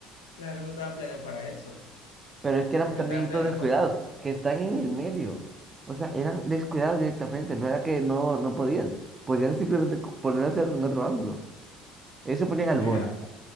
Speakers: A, on the left (about 75°); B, on the right (about 25°).
A: Claro, no estaba planeado para eso.
B: Pero es que eran
A: la serie
B: también
A: Estaba planeado
B: todos descuidados,
A: para otra cosa.
B: que están en el medio. O sea, eran descuidados directamente. No era que no, no podían. Podían simplemente co- ponerse en otro ángulo. Ellos se ponían al
A: Mira,
B: borde.